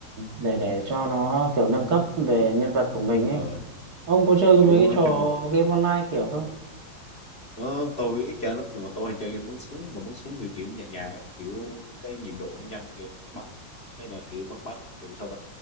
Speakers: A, on the right; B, on the left.
A: để để cho nó kiểu nâng cấp về nhân vật của mình ấy
B: ờ,
A: ông có chơi
B: kiểu
A: mấy cái
B: nói
A: trò
B: chung
A: game online kiểu không
B: Ờ, tôi ít chơi lắm nhưng mà tôi hay chơi game bắn súng mà bắn súng kiểu kiểu nhẹ nhàng á, kiểu cái nhịp độ nó nhanh kìa bắn hay là kiểu bắn bắn kiểu sao ta